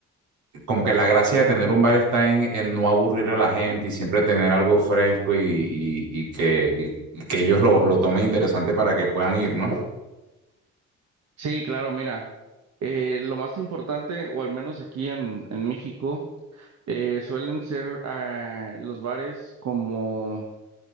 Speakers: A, on the right; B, on the right.
A: como que la gracia de tener un bar está en, en no aburrir a la gente y siempre tener algo fresco y, y- y que, y- y que ellos lo, lo tomen interesante para que puedan ir, ¿no?
B: Sí, claro, mira, eh, lo más importante, o al menos aquí en, en México, eh, suelen ser eh, los bares como